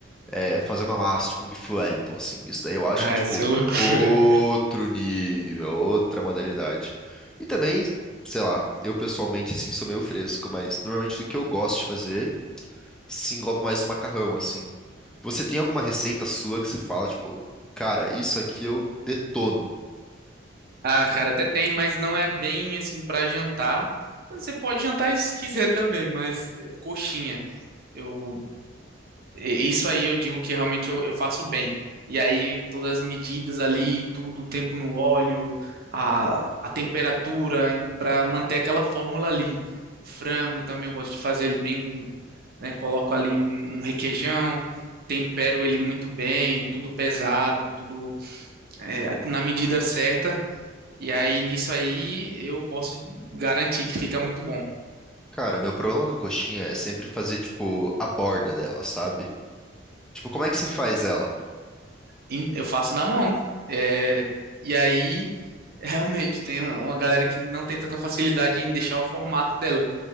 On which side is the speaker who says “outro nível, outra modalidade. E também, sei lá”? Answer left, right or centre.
Centre